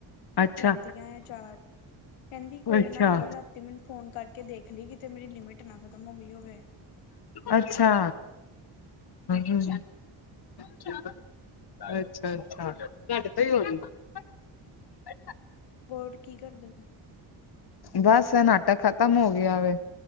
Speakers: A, on the left; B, on the left.
A: ਅੱਛਾ,
B: ਰੈਂਦੀਆਂ ਏ ਚਾਰ। ਕੈਂਦੀ ਕੋਈ
A: ਅੱਛਾ,
B: ਨਾ ਮੈਂ ਰਾਤੀ ਮਿੰਨੂੰ ਫੋਨ ਕਰਕੇ ਦੇਖ ਲਈ ਕਿਤੇ ਮੇਰੀ ਲਿਮਿਟ ਨਾ ਖਤਮ ਹੋ ਗਈ ਹੋਵੇ।
A: ਅੱਛਾ, ਹੂੰ। ਅੱਛਾ-ਅੱਛਾ। ਤੁਆਡੇ ਤੇ ਈ ਹੋ ਰੀ। <unintelligible>
B: ਬੋਰਡ ਕੀ ਕਰਦਾ ਪਿਐ।
A: ਬਸ ਐ ਨਾਟਕ ਖਤਮ ਹੋ ਗਿਆ ਵੇ।